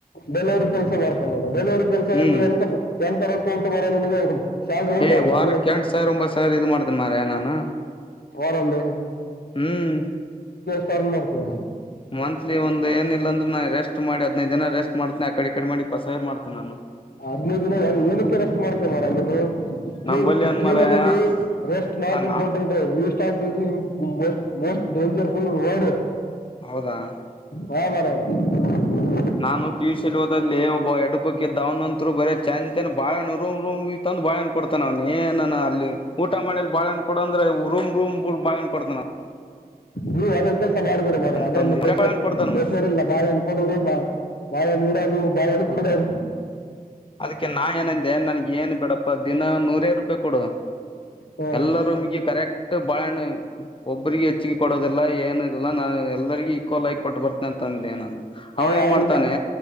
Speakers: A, on the left (about 80°); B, on the left (about 35°).
A: ಡೆಲವರಿ ಕೆಲ್ಸ ಮಾಡ್ತೇ ಮರ ಡೆಲವರಿ ಕೆಲ್ಸದಲ್ಲಿ
B: ಹ್ಮ್
A: ಎಂತ ಎಂತ. <unintelligible> ೌಂಟು <unintelligible> ಬರ ನಿಿನಗೆ ಸಾಲರಿ ಉಂಟಾ
B: ಏ
A: ಅದರಲ್ಲಿ.
B: ವಾರಕ್ಕೆ ಎಂಟ ಸಾವಿರ ಒಂಬತ್ ಸಾವಿರ ಇದು ಮಾಡ್ತೇನಿ ಮಾರಾಯ ನಾನು
A: ವರಲ್ಲಿ
B: ಹ್ಮ್
A: ಟರ್ನ್ ಮಾಡ್ತೀವಿ
B: ಮಂತ್ಲಿ ಒಂದ ಏನಿಲ್ಲ ಅಂದ್ರೆ ನಾ ಎಷ್ಟ ಮಾಡಿ ಹದಿನೈದು ದಿನ ರೆಸ್ ಮಾಡತನೆ ಆ ಕಡೆ ಮಾಡಿ ಪಸೇರ್ ಮಾಡ್ತನೆ ನಾನು
A: ಹದ್ನೈದು ದಿನ ಏನಕ್ಕೆ ರೆಸ್ಟ್ ಮಾಡ್ತೇ ಮರ ನೀನು ಜೂನ್
B: ನಂಬಲ್ಲಿ ಏನ್
A: ಜೂನ್ಲ್ಲಿ
B: ಮಾರಾಯ
A: ರೆಸ್ಟ್
B: ಇಲ್ಲ
A: ನಾಟ್ important
B: ನಾ
A: restart is ಮಟ್ most dangerful word <unintelligible>
B: ಹೌದಾ
A: ಹಾಂ ಮರ <inaudible>
B: ನಾನು ಪಿಯ ಯುಷ ಇಲೋಲ್ಲಿ ಒಬ್ಬ ಎಡ್ಡುಕೋಕಿದ್ದ ಅವ್ನಂತರು ಬರೇ ಚೆನ್ ಚನ್ ಬಾಳ ನುರುಮ್ರು್ <unintelligible> ೊಂದು <unintelligible> ಬಾಳಹಣ್ಣ ಕೊತಾನ ಅವ್ ಏ ನಾನ ಅಲ್ಲಿ ಊಟ ಮಾಡಲಿ ಬಾಳಹಣ್ಣ ಕೊಡ ಅ್ರೆ ರೂಮ್ ರೂ್ ಬಾಹಣ್ಣ ಕೊತಾನ
A: ನೀರ <unintelligible> ಮಾಡ್ಬಿಡು ಮನೆೆ
B: ನಮ್
A: ಅದರಲ್ಲಿ
B: ತಂದ ಕೊಡ್ತಾನ
A: ಕಷರ್ ಇಲ್ಲ ಬಾಣ ಕೊಡುದು ಬಾ <unintelligible> ಬಾಳೆಹಣ್ಣು ನೀಡದು ಬಾಳೆಹಣ್ಣು ಕೂಡದು
B: ಅದಕ್ಕೆ ನಾ ಏನಂದ ನ್ ನನ್ಗ ಏನ್ ಬಿಡಪ್ಪಾ ದಿನ ನೂರ ರೂಪಾಯಿ ಕೊಡು
A: ಹಾ
B: ಎಲ್ಲರೂ ರೂಮ್ಗೆ ಕರೆಕ್ಟ್ ಬಾಳಣ ಒಬ್ಬ ಇಬ್ಬರಿಗೆ ಹೆಚ್ಚಿಗೆ ಕೊಡೋದಿಲ್ಲ ಏನು ಇಲ್ಲ ನ ಎಲ್ಲ ಈಕ್ವಲ್ ಕೊಟ್ಟು ಬರ್ತನೆ ಅಂತಂದೆ ನಾನು ಅವನು
A: ಅವ
B: ಏನ್
A: ಅವನ್
B: ಮಾಡ್ತಾನೆ